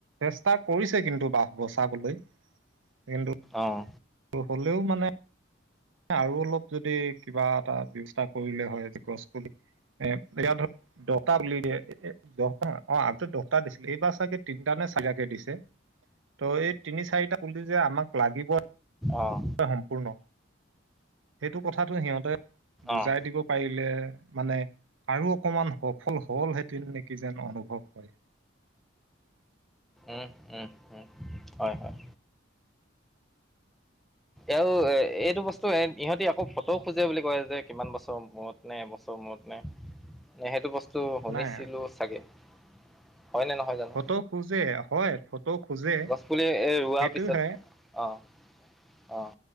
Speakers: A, on the right; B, in the centre.
A: চে। কৰিছে কিন্তু বা বচাবলৈ কিন্তু।
B: অঁ
A: হ'লেও মানে আৰু অলপ যদি কিবা এটা ব্যৱস্থা কৰিলে হয় গছ পুলি এ। এয়া ধৰ দটা উল দিয়ে এ দটা অ আ দ। দিছিল এইবাৰ চাগে তিনিটা নে চাৰিতাকে দিছে। ত' এই তিনি চাৰিটা পুলি যে আমাক লাগিব।
B: অঁ
A: সম্পূৰ্ণ সেইটো কথাটো সিহঁতে বুজাই
B: অঁ
A: দিব পাৰিলে। মানে আৰু অকমান সফল হল হেতেন নেকি যেন অনুভৱ হয়। <inaudible>
B: উম উম উম হয় হয়। আৰু এ এইটো বস্তু ইহঁতি আকৌ ফটোও খোজে বুলি কয় যে কিমান বছৰ মূৰত নে এবছৰ। নে সেইটো বস্তু শুনিছিলো
A: নাই
B: চাগে। হয়নে নহয় জানো
A: ফটো খোজে হয় ফ- খোজে
B: গছপুলি এই ৰোৱাৰ
A: সেইটো
B: পিছত
A: হয়
B: অঁ অঁ